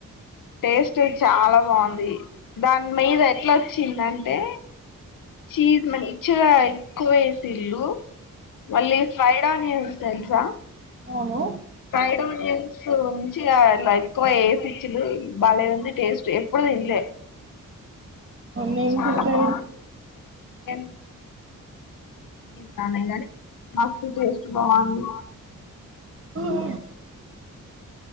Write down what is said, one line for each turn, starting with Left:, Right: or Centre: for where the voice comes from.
Left: టేస్టే చాలా బావుంది దాని మీద ఎట్ల చిందంటే చీజ్ మ ఇచ్చగా ఎక్కువేసిల్లు మళ్ళి ఫైడాన్ యూస్ తెల్సా
Right: అవును
Left: ఫ్రైడ్ ఓనియన్స్ ఉంచిగా అలా ఎక్కువ ఏసిచ్చిలు భలే ఉంది టేస్ట్ ఎప్పుడు తినలే
Right: నేను
Left: చాలా
Right: కూడా ట్రై
Left: బావుంది యన్ <inaudible> మస్తు టేస్ట్ బావుంది
Right: <unintelligible>